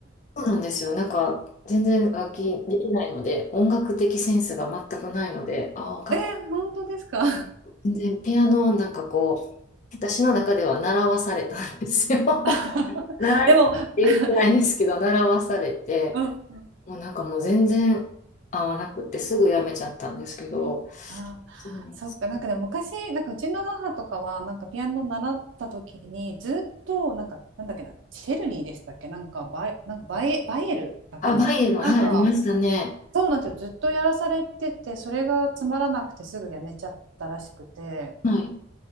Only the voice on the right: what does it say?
えー、本当ですか。
<laughs>
でも、<laughs>
うん、うん
あー、
そっか、なんかでも昔、なんかうちの母とかは、なんかピアノ習った時に、ずっと、なんか、なんだっけな、シェルニーでしたっけ、なんかバイ、なんかバイエ、バイエルだっけな、
なんか、
そうなんですよ、ずっとやらされてて、それがつまらなくてすぐやめちゃったらしくて、